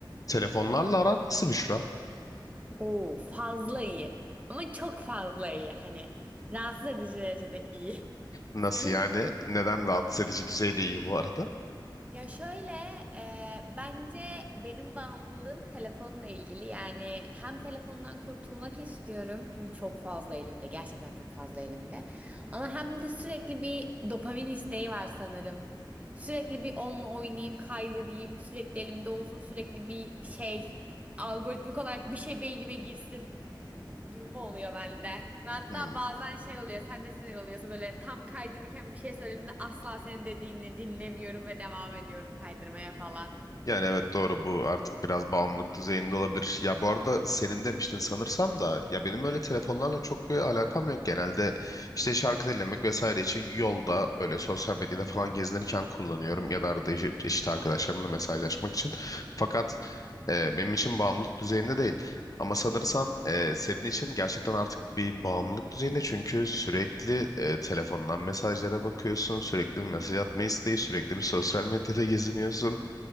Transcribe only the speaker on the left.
Telefonlarla aran nasıl Büşra?
Nasıl
yani? Neden rahatsız edici düzeyde iyi bu arada?
Hmm.
Yani evet doğru bu artık biraz bağımlılık düzeyinde olabilir. Ya bu arada senin demiştin sanırsam da ya benim öyle telefonlarla çok bir alakam yok. Genelde işte şarkı dinlemek vesaire için yolda böyle sosyal medyada falan gezinirken kullanıyorum ya da arada iş- işte arkadaşlarımla mesajlaşmak için. Fakat e, benim için bağımlılık düzeyinde değil. Ama sanırsam e, senin için gerçekten artık bir bağımlılık düzeyinde çünkü sürekli e, telefondan mesajlara bakıyorsun, sürekli bir mesaj atma isteği, sürekli bir sosyal medyada geziniyorsun.